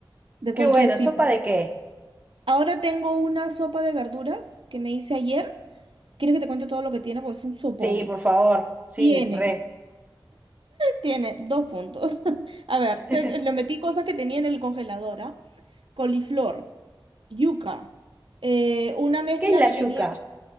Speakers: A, on the right; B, on the right.
A: de
B: Qué
A: cualquier
B: bueno,
A: tipo.
B: ¿sopa de qué?
A: Ahora tengo una sopa de verduras que me hice ayer. ¿Quieres que te cuente todo lo que tiene? Porque es un sopón.
B: Sí, por favor. Sí,
A: Tiene.
B: re.
A: Tiene dos puntos. <laughs> A ver,
B: <laughs>
A: te-
B: ¿Qué
A: le metí cosas que tenía en el congelador, ¿ah? Coliflor, yuca, eh, una mezcla
B: es la
A: que
B: yuca?
A: tenía...